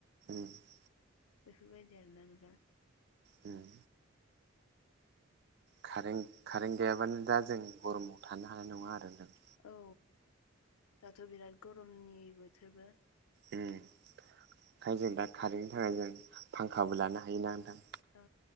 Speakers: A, on the right; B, on the left.
A: <inaudible>
B: बेफोरबायदि आरोना नोंथां
A: उम कारेन कारेन्ट गैयाबानो दा जों गरमाव थानो हानाय नङा आरो नोंथां
B: औ दाथ बिराद गरमनि बोथोरबो
A: उम ओंखायनो जों दा कारेन्टनि थाखाय जों फांखाबो लानो हायोना नोंथां
B: औ